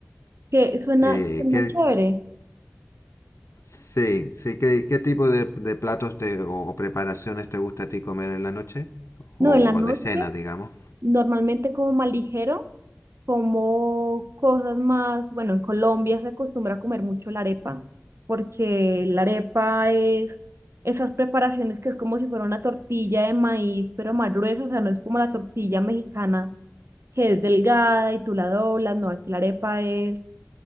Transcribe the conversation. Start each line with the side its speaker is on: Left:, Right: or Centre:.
Right: Que suena,
Left: Eh,
Right: suena
Left: ¿qué,
Right: chévere.
Left: sí, sí, ¿qué, qué tipo de, de platos te, o, o, preparaciones te gusta a ti comer en la noche?
Right: No,
Left: O,
Right: en la noche.
Left: o de cena, digamos.
Right: Normalmente como más ligero, como cosas más, bueno, en Colombia se acostumbra a comer mucho la arepa, porque la arepa es esas preparaciones que es como si fuera una tortilla de maíz, pero más gruesa, o sea, no es como la tortilla mexicana que es delgada y tú la doblas, no, aquí la arepa es